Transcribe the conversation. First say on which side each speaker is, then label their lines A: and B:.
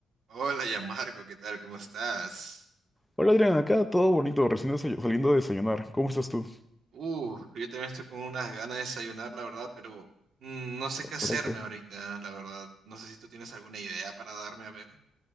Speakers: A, on the right; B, in the centre.
A: Hola, ya Marco, ¿qué tal? ¿Cómo estás?
B: Hola Adrián, acá todo bonito, recién desay- saliendo a desayunar. ¿Cómo estás tú?
A: Uh, yo también estoy con unas ganas de desayunar, la verdad, pero mm, no sé qué hacerme
B: Correcto.
A: ahorita, la verdad. No sé si tú tienes alguna idea para darme a ver.